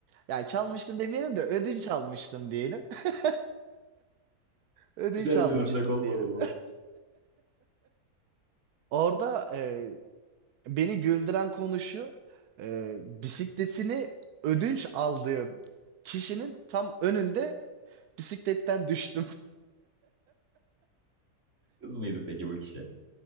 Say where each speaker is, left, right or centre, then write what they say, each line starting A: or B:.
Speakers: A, on the right (about 85°); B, on the right (about 50°).
A: Yani çalmıştım demeyelim de ödünç almıştım diyelim. <laughs> Ödünç
B: Güzel
A: almıştık
B: bir örnek olmadı
A: diyelim.
B: bu.
A: Orada e, Beni güldüren konu şu, e, bisikletini ödünç aldığım kişinin tam önünde bisikletten düştüm.
B: Kız mıydı peki bu kişi?